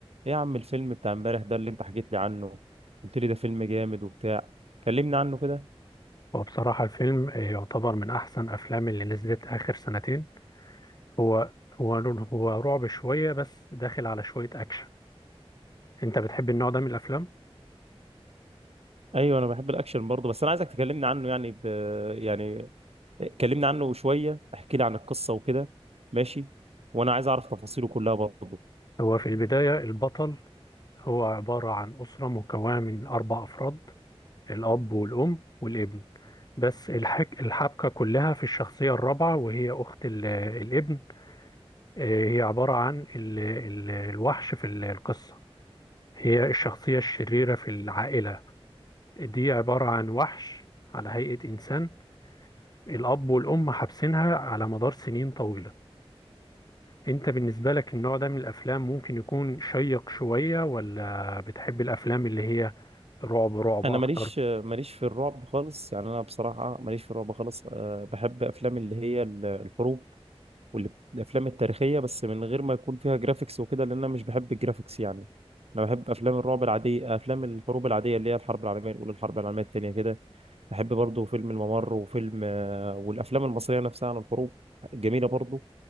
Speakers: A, on the right; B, on the left.
A: ايه يا عم الفيلم بتاع امبارح ده اللي انت حكيت لي عنه قلت لي ده فيلم جامد وبتاع كلمني عنه كده
B: وبصراحة الفيلم يعتبر من أحسن أفلام اللي نزلت آخر سنتين هو هو هو رعب شوية بس داخل على شوية أكشن أنت بتحب النوع ده من الأفلام؟
A: ايوه انا بحب الاكشن برضه بس انا عايزك تكلمني عنه يعني ب... يعني كلمني عنه شويه احكي لي عن القصه وكده ماشي وانا عايز اعرف تفاصيله كلها برضه
B: هو في البداية البطل هو عبارة عن أسرة مكونة من أربع أفراد الأب والأم والابن بس الحك... الحبكة كلها في الشخصية الرابعة وهي أخت ال... الابن آه، هي عبارة عن ال... ال... الوحش في القصة هي الشخصية الشريرة في العائلة دي عبارة عن وحش على هيئة إنسان الأب والأم حابسينها على مدار سنين طويلة أنت بالنسبة لك النوع ده من الأفلام ممكن يكون شيق شوية ولا بتحب الأفلام اللي هي رعب رعب
A: انا
B: أكتر
A: ماليش ماليش في الرعب خالص يعني انا بصراحه ماليش في الرعب خالص أه بحب افلام اللي هي ال- الحروب والافلام التاريخيه بس من غير ما يكون فيها جرافيكس وكده لان انا مش بحب الجرافيكس يعني انا بحب افلام الرعب العاديه افلام الحروب العاديه اللي هي الحرب العالميه الاولى الحرب العالميه الثانيه كده بحب برضه فيلم الممر وفيلم آه، والافلام المصريه نفسها عن الحروب جميله برضه